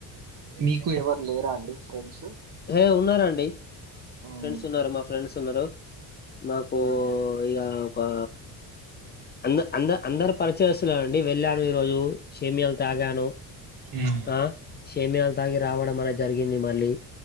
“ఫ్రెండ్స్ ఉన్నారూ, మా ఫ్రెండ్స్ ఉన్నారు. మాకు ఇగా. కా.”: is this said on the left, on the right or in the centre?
Left